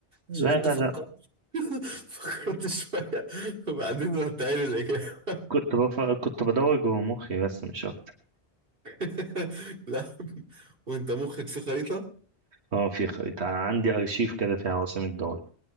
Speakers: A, on the right; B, on the right.
A: لا
B: عشان انت
A: لا
B: فكرت
A: لا
B: <laughs> فكرت شوية وبعدين رحت قايل الإجابة
A: كنت بف... كنت بدور جوه مخي بس مش اكتر
B: <laughs> لا وانت مخك في خريطة
A: اه في خريطة عندي أرشيف كده فيها عواصم الدول